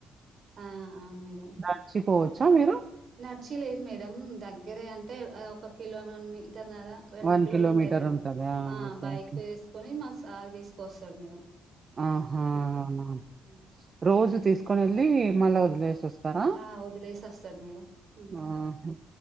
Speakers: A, on the right; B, on the right.
A: ఆ అవును మేడం
B: నడిచిపోవచ్చా మీరు
A: నడిచిలేదు మేడం దగ్గరే అంటే ఒక కిలో వన్ మీటర్ నరా రెండు
B: వన్
A: కిలోలు
B: కిలోమీటర్
A: ఉంటాయి మేదం
B: ఉంటదా
A: అ
B: ఓకే
A: బైక్
B: ఓకే
A: వే సుకొని మా సార్ తీసుకొస్తాడు మేడం
B: ఆహా
A: చికెన్
B: అవునా
A: హ్మ్.
B: రోజు తీసుకొని వెళ్ళి మళ్ళ వదిలేసి వస్ స్తారా
A: ఆ వదిలేసి వస్తాడు మేడం హ్మ్.
B: అహ